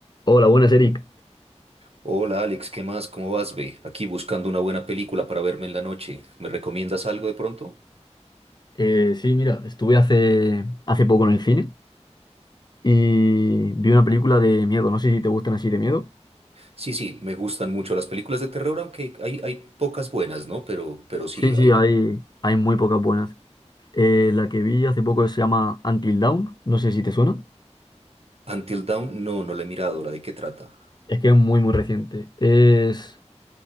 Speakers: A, on the left (about 35°); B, on the right (about 55°).
A: Hola, buenas, Eric.
B: Hola Alex, ¿qué más? ¿Cómo vas, ve? Aquí buscando una buena película para verme en la noche. ¿Me recomiendas algo de pronto?
A: Eh, sí, mira, estuve hace, hace poco en el cine y vi una película de miedo. No sé si te gustan así de miedo.
B: Sí, sí, me gustan mucho las películas de terror, aunque hay, hay pocas buenas, ¿no? Pero, pero sí,
A: Sí,
B: hay.
A: sí, hay, hay muy pocas buenas. Eh, la que vi hace poco se llama Until Dawn. No sé si te suena.
B: Until Dawn, no, no la he mirado, ¿la de qué trata?
A: Es que es muy, muy reciente. Es